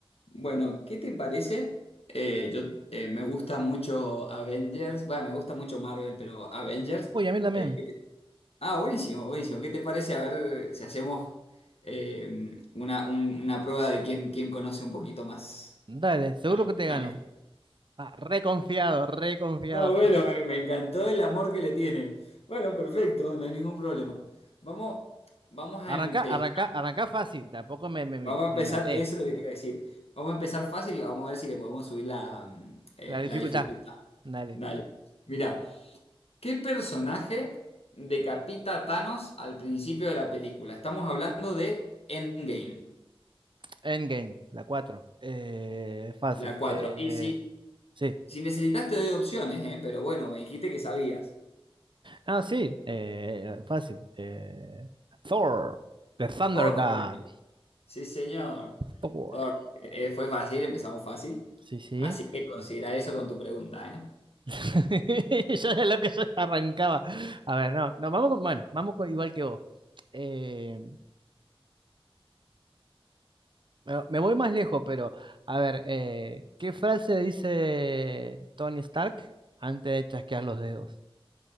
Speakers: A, on the left; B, on the right.
A: Bueno, ¿qué te parece? Eh, yo eh, me gusta mucho Avengers, bueno, me gusta mucho Marvel, pero Avengers.
B: Uy, a mí también.
A: eh, ah, buenísimo, buenísimo. ¿Qué te parece? A ver si hacemos eh, una, un- una prueba de quién, quién conoce un poquito más.
B: Dale, seguro que te gano.
A: Vale.
B: Ah, reconfiado, reconfiado.
A: Ah, bueno, me, me encantó el amor que le tiene. Bueno, perfecto, no hay ningún problema. Vamos, vamos
B: Arranca,
A: a empezar.
B: arranca, arranca fácil. Tampoco me, me, me-
A: Vamos a
B: me
A: empezar,
B: maté.
A: eso es lo que te iba a decir. Vamos a empezar fácil y vamos a ver si le podemos subir la, mm, eh,
B: La dificultad.
A: la dificultad.
B: Dale.
A: Dale. Mira, ¿qué personaje decapita a Thanos al principio de la película? Estamos hablando de Endgame,
B: Endgame, la 4. Eh, fácil.
A: la 4.
B: Eh,
A: Y si,
B: sí.
A: si necesitas te doy opciones, ¿eh? Pero bueno, me dijiste que sabías.
B: Ah, sí. Eh, fácil. Eh, Thor. The Thunder
A: Thor
B: God.
A: fue el que- Sí, señor.
B: Thor.
A: Eh, fue fácil, empezamos fácil.
B: Sí, sí.
A: Así que considera eso con tu pregunta, ¿eh?
B: <laughs> Yo era lo que yo arrancaba. A ver, no, no, vamos con, bueno, vamos con igual que vos. Eh, Bueno, me voy más lejos, pero a ver, eh, ¿qué frase dice Tony Stark antes de chasquear los dedos?